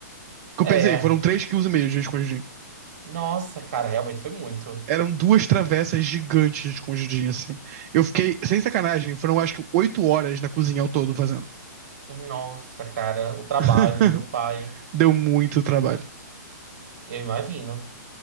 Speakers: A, on the right (about 30°); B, on the right (about 50°).
A: Que
B: É.
A: eu pensei, foram três quilos e meio de escondidinho.
B: Nossa, cara, realmente foi muito.
A: Eram duas travessas gigantes de escondidinho, assim. Eu fiquei, sem sacanagem, foram acho que 8 horas na cozinha ao todo fazendo.
B: Nossa, cara, o trabalho,
A: <laughs>
B: meu pai.
A: Deu muito trabalho.
B: Eu imagino.